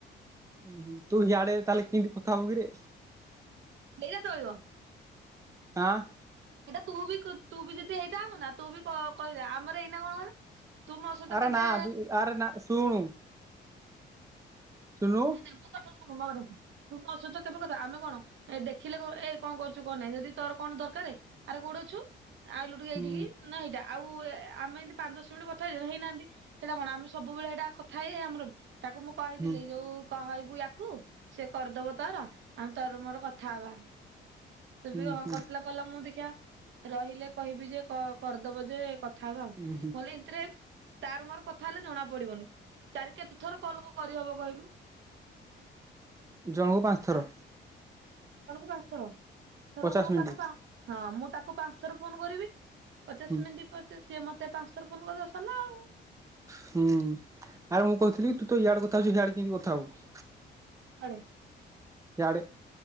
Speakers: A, on the right; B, on the right.
A: ଉୁଁ ହୁଁ ତୁ ହିଆଡେ ତାହେଲେ କେମିତି କଥା ହଉ କିରେ।
B: ନେଇଆ ଚଲିବ।
A: ଆଁ।।
B: ସେଇଟା ତୁ ବି ତୁ ବି ଯଦି ହେଇଥାନ୍ତୁ ନା ତୁ ବି କହେ କହିଦେ ଆମର ଏଇନା କଣ କ ତୁ ମୋ ସହିତ
A: ଆରେ
B: କେବେ
A: ନା ତୁ ଆରେ ନା ଶୁଣୁ ସୁୁଣୁନୁ।
B: <unintelligible> ତୁ ମୋ ସହିତ କେବେ କଥା ଆମେ କଣ ଏ ଦେଖିଲେ ଏ କଣ କରଛୁ କଣ ନାହିଁ ଯଦି ତୋର କଣ ଦରକାରେ ଆରେ କୋଉଠି ଅଛୁ ଆଇଲୁ ଟିକେ ଏଇଠିକି।
A: ହୁଁ
B: ନା ଏଇଟା ଆଉ ଆମେ ଏମିତି ପାଞ୍ଚ ଦଶ ମିନିଟ୍ କଥା ହେଇନାହାନ୍ତି। ସେଇଟା କଣ ଆମେ ସବୁବେଳେ ହେଇଟା କଥା ହେଇ ହେଇ ଆମର ତାକୁ ମୁ କହିଥିଲି
A: ହୁଁ
B: ଯୋଉ କହିବୁ ୟାକୁ ସେ କରିଦବ ତାର। ଆଉ ତୋର ମୋର କଥା ହବା ସେ
A: ହୁଁ
B: ବି ହଁ କରୁଥିଲା। କଲା ମୁଁ ଦେଖିଆ ରହିଲେ କହିବି ଯେ କରିଦବ ଯେ କ କଥା ହବା ଆଉ
A: ହୁଁ
B: ନହେଲେ ଏତିରେ ତାର ମୋର କଥା ହେଲେ ଜଣା ପଡିବନି ଚାରି କେତେ ଥର କଲ କରିହବ କହିଲୁ।
A: ଜଣଙ୍କୁ ପାଞ୍ଚ ଥର।
B: ଜଣକୁ ପାଞ୍ଚ ଥର ଧର
A: ପଚାଶ
B: ମୁଁ
A: ମିନିଟ୍
B: ତାକୁ ପାଁ ହଁ ମୁଁ ତାକୁ ପାଞ୍ଚ ଥର ଫୋନ କରିବି। ପଚାଶ
A: ହୁଁ
B: ମିନିଟ୍ ପଚା ସିଏ ମତେ ପାଞ୍ଚ ଥର ଫୋନ୍ କରିଦବ ସରିଲା ଆଉ।
A: ହୁଁ ଆରେ ମୁଁ କହୁଥିଲି ତୁ ତ ଇଆଡେ କଥା ହଉଛୁ ହିଆଡେ କେମିତି କଥା ହବୁ।
B: କୁଆଡେ।
A: ହିଆଡେ।